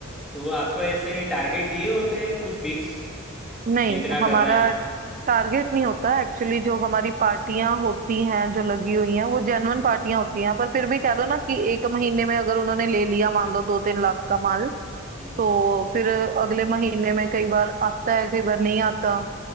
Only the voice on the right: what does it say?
नहीं
हमारा
टारगेट नहीं होता एक्चुअली जो हमारी पार्टियां होती हैं जो लगी हुई हैं वो जेन्युइन पार्टियां होती हैं पर फिर भी कह लो ना कि एक महीने में अगर उन्होंने ले लिया मान लो दो तीन लाख का माल
तो फिर अगले महीने में कई बार आता है कई बार नहीं आता